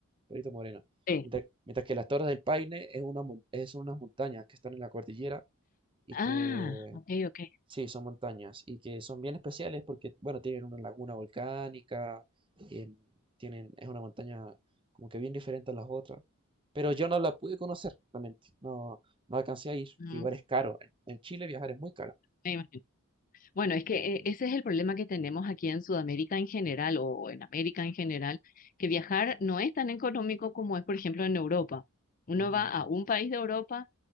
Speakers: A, on the right; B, on the left.
A: Perito Moreno.
B: Sí.
A: Mientras, mientras que las Torres del Paine es una, mon- es unas montañas que están en la cordillera y
B: Ah,
A: que
B: ok, ok.
A: Sí, son montañas y que son bien especiales porque, bueno, tienen una laguna volcánica, em, tienen, es una montaña como que bien diferente a las otras, pero yo no la pude conocer realmente, no, no alcancé a ir porque
B: Mm,
A: igual es caro, en, en Chile viajar es muy caro.
B: me imagino. Bueno, es que eh, ese es el problema que tenemos aquí en Sudamérica en general o en América en general, que viajar no es tan económico como es, por ejemplo, en Europa. Uno
A: Ujú.
B: va a un país de Europa